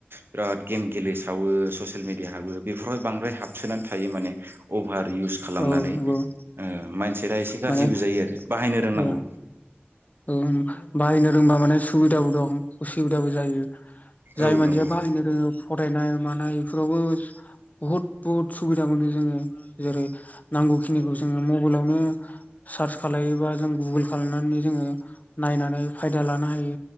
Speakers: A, on the right (about 60°); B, on the left (about 40°).
A: बिराद गेम गेलेस सावो ससियेल मिडिया हाबो बेफोरावाय बांद्राय हाबसोनानै थायो माने अभार इउस खालामनानै
B: औ नंगौ
A: ओ माइनसेरा एसे गाज्रिबो
B: माने
A: जायो आरो बाहायनो रोंनांगौ
B: ओ उम बाहायनो रोंबा माने सुबिदाबो दं उसुबिदाबो जायो जाय
A: औ
B: मानसिया
A: नंगौ
B: बाहायनो रोङो फरायनाय मानाय बेफोरावबो बहुत बुहुद सुबिदा मोनो जोङो जेरै नांगौखिनिखौ जोङो मबाइलावनो सार्च खालामलायोबा जों गुगोल खालामनानै जोङो नायनानै फायदा लानो हायो